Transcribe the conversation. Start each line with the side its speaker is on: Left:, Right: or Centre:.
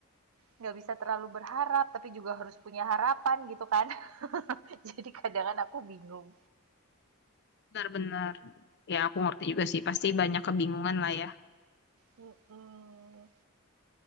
Right: nggak bisa terlalu berharap tapi juga harus punya harapan gitu kan. <laughs> Jadi kadang kan aku bingung.
Left: Benar-benar. Ya, aku ngerti juga sih. Pasti banyak kebingungan lah ya.
Right: Mm-mm.